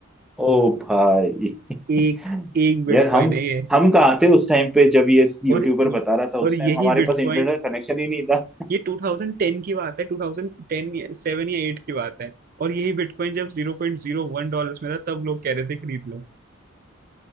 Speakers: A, in the centre; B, on the right (about 45°).
A: ओ भाई <laughs>
B: एक एक बिटकॉइन
A: यार हम
B: है ये
A: हम कहाँ थे उस टाइम पे जब ये
B: और
A: यूट्यूबर बता रहा था उस
B: और यही
A: टाइम हमारे
B: बिटकॉइन
A: पास इंटरनेट कनेक्शन ही नहीं था
B: ये 2010 की बात है 2010 या 7 या 8 की बात है और यही बिटकॉइन जब 0.01 डॉलर्स में था तब लोग कह रहे थे खरीद लो